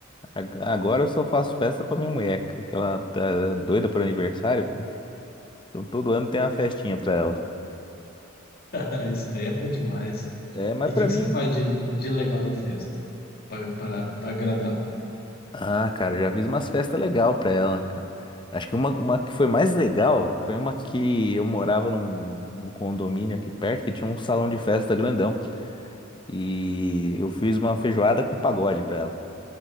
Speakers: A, on the left (about 25°); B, on the left (about 50°).
A: Ag- Agora eu só faço festa pra minha mulher, cara, que ela tá doida por aniversário, cara. Então todo ano tem uma festinha pra ela.
B: <laughs> isso daí é bom demais.
A: É, mas
B: E o
A: pra
B: que, que
A: mim.
B: você faz de, de legal em festa? Pra, pra, pra agradar?
A: Ah, cara, já fiz umas festas legal pra ela, cara. Acho que uma, uma que foi mais legal foi uma que eu morava num, num condomínio aqui perto que tinha um salão de festa grandão. E eu fiz uma feijoada com pagode pra ela.